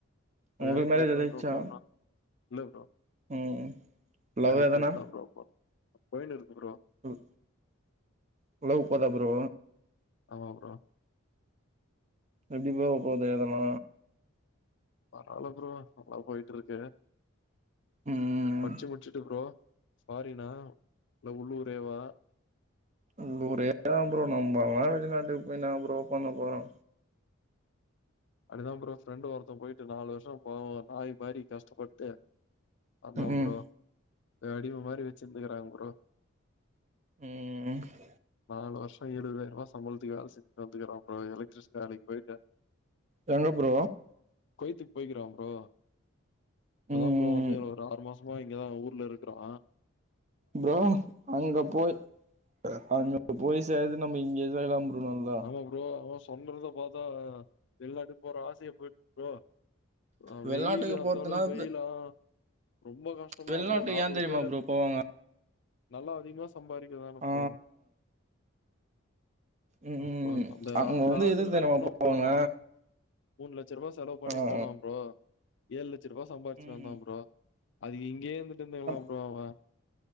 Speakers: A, on the right (about 35°); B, on the left (about 55°).
A: உங்களுக்கு
B: வேலைக்
A: மேரேஜ்
B: பொய்ட்டுதா
A: ஆயிடுச்சா
B: ப்ரோ பண்ணா ப்ரோ இல்ல ப்ரோ
A: ம் லவ்
B: வேலைக்
A: எதனா
B: பொய்ட்டுதா ப்ரோ பாக் பொயினு இருக்கு ப்ரோ
A: ம் புலவ் போதா ப்ரோ
B: ஆமா ப்ரோ
A: ரெண்டுமே உக்காந்து எழுதணு
B: பரவால்ல ப்ரோ நல்லா பொய்ட்டிருக்கு
A: ம்
B: படிச்சு முடிச்சிட்டு ப்ரோ சாரிணா நீங்க உள்ளூரேவா
A: உள்ளூரேதா ப்ரோ நம்மல்லா வெளிநாட்டுக்கு போய் என்ன ப்ரோ பண்ண போறோ
B: அப்டிதா ப்ரோ ஃப்ரெண்டு் ஒருத்த பொய்ட்டு நாலு வருஷொ போம் நாய் மாரி கஷ்டப்பட்டு ஆமா
A: ம்
B: ப்ரோ ஏ அடிம மாரி வெச்சிருந்துகறாங் ப்ரோ
A: ம் ம்
B: நாலு வருஷொ இருவதாயிருவா சம்பளத்துக்கு வேல செஞ்சுட்டு வந்துக்குறா ப்ரோ எலக்ட்ரிஷன் வேலைக் பொய்ட்டு
A: சொல்லு ப்ரோ
B: கொய்த்துக்கு பொய்க்கிறா ப்ரோ இப்பதா
A: ம்
B: ப்ரோ வந்து ஒரு ஆறு மாச சும்மா இங்கதா ஊர்ல இருக்கிறா
A: ப்ரோ அங்க
B: ப்ரோ.
A: போய் அ அங்க போய் செய்றத நம்ம இங்கியே செய்யலா ப்ரோ நல்லா
B: ஆமா ப்ரோ அவ சொன்னறத பாத்தா வெளிநாட்டுக் போற ஆசையே பொய்ரு ப்ரோ அ
A: வெளிநாட்டுக்கு
B: வெயிலு அந்த
A: போறதுனால
B: அளவுக் வெயிலா ரொம்ப கஷ்டமா
A: வெளிநாட்டுக்கு
B: ப்ரோ நாப்பது
A: ஏன் தெரியுமா
B: பேரு
A: ப்ரோ போவாங்க
B: நல்லா அதிகமா சம்பாரிக்கலா
A: ஆ
B: ப்ரோ
A: ம்
B: அப்ப
A: ம்
B: அந்த
A: அங்க
B: அந்த
A: வந்து
B: ஆசையில
A: எதுக்கு
B: தா
A: தெரியுமா
B: இவனும்
A: போவாங்க
B: போனா மூணுலட்ச ரூபா செலவு பண்ணி
A: ஆ
B: போனோ ப்ரோ ஏழு லட்ச ரூபா சம்பாரிச்சுனு
A: ம்
B: வந்தா ப்ரோ அதுக்கு இங்கே இருந்துட்டு இருந்துர்களாம்
A: அம்
B: ப்ரோ அவன்